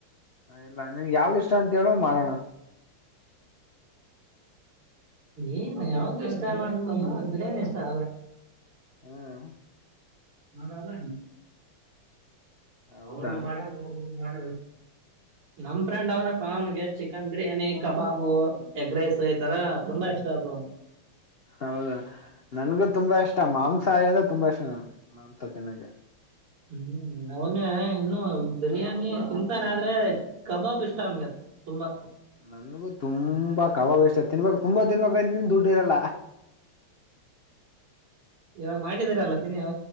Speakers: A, on the left (about 80°); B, on the right (about 85°).
A: ಇಲ್ಲ ನಿನ್ಗೆ ಯಾವ್ದ್ ಇಷ್ಟ ಅಂತ ಹೇಳ ಮಾಡೋಣ
B: ಏನ್ ಯಾವಾಗ ಇಷ್ಟ ಇಲ್ಲ ಅಂತಲ್ಲನ್ ಇಷ್ಟ ಆದ್ರ
A: ಹ್ಮ್
B: ಮಾಡ ಅಲ್ಲ
A: ಹೌದಾ
B: ಅವಿಗೆ ಮಾಡ ಮೂರು ಮೂರು ಮಾಡ ನಮ್ ಫ್ರೆಂಡ್ ಅವನಪ್ಪ ಅವನಿಗೆ chicken biryani kebab egg rice ಈ ತರ ತುಂಬಾ ಇಷ್ಟ ಅ ಅವನು
A: ಹೌದಾ ನನ್ಗೂ ತುಂಬಾ ಇಷ್ಟ ಮಾಂಸಾಹಿ ಅಂದ್ರೆ ತುಂಬಾ ಇಷ್ಟ ಮಾಂಸ ತಿಿನಗೆ
B: ಹ್ಮ್ ಅವನ ಇನ್ನು ಬಿರಿಯಾನಿ ತಿಂತಾನ ಆದ್ರೆ ಕಬಾಬ್ ಇಷ್ಟ ಅವನ್ಗ ತುಂಬಾ
A: ನನ್ಗು ತುಂಬಾ ಕವಾಾವಷ ತಿನ್ಬೇಕು ತುಂಬಾ ತಿನ್ಬೇಕಂತ ದುಡ್ ಇರಲ್ಲ
B: ಇವಾಗ ಮಾಡಿದ್ರಲ್ಲ ತಿನ್ನಿ ಹ